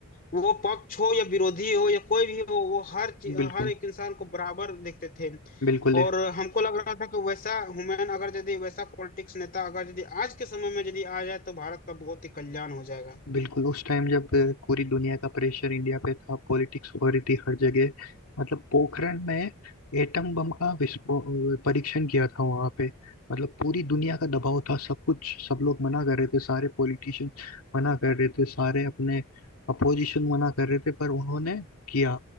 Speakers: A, on the left; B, on the left.
A: वो पक्ष हो या विरोधी हो या कोई भी हो वो हर ची-
B: बिल्कुल
A: हर एक इंसान को बराबर देखते थे
B: बिल्कुल
A: और हमको लग रहा था कि वैसा हुमायूं अगर यदि वैसा पॉलिटिक्स नेता अगर यदि आज के समय में यदि आ जाए तो भारत का बहुत ही कल्याण हो जाएगा
B: बिल्कुल उस टाइम जब अ, पूरी दुनिया का प्रेशर इंडिया पे था पॉलिटिक्स हो रही थी हर जगह मतलब पोखरण में एटम बम का विस्फोट परीक्षण किया था वहां पे मतलब पूरी दुनिया का दबाव था सब कुछ सब लोग मना कर रहे थे सारे पॉलिटिशियन मना कर रहे थे सारे अपने अपोजिशन मना कर रहे थे पर उन्होंने किया